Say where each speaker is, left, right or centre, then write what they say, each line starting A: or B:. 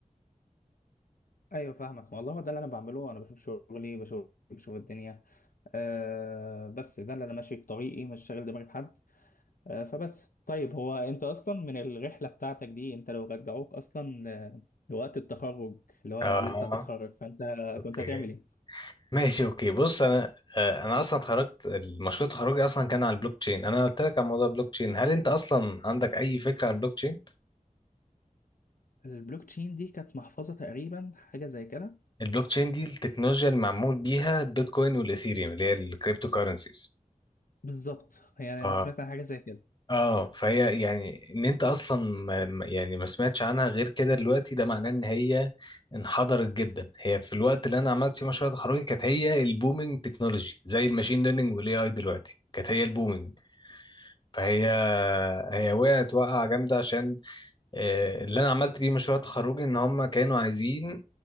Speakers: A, on the left (about 75°); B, on the left (about 35°).
A: ايوه فاهمك والله ده اللي انا بعمله انا بشوف شغلي بشوف بشوف الدنيا أه بس ده اللي انا ماشي في طريقي مش شاغل دماغي بحد آه، فبس طيب هو انت اصلا من الرحله بتاعتك دي انت لو رجعوك اصلا آه، لوقت التخرج اللي هو
B: اه
A: لسه هتتخرج فانت
B: اوكي
A: كنت هتعمل ايه
B: ماشي اوكي بص انا آه، انا اصلا اتخرجت المشروع تخرجي اصلا كان على البلوك تشين انا قلت لك على موضوع البلوك تشين هل انت اصلا عندك اي فكرة على البلوك تشين
A: البلوك تشين دي كانت محفظه تقريبا حاجه زي كده
B: البلوك تشين دي التكنولوجيا اللي معمول بيها البيتكوين والاثيريوم اللي هي الكريبتو كارنسيز
A: بالظبط يعني
B: ف...
A: انا سمعت عن حاجه زي كده
B: اه فهي يعني ان انت اصلا ما ما- يعني ما سمعتش عنها غير كده دلوقتي ده معناه ان هي انحدرت جدا هي في الوقت اللي انا عملت فيه مشروع تخرجي كانت هي البومينج تكنولوجي زي الماشين ليرنينج والاي اي دلوقتي كانت هي البومينج فهي هي وقعت وقعة جامدة عشان آه، اللي انا عملت بيه مشروع تخرجي ان هم كانوا عايزين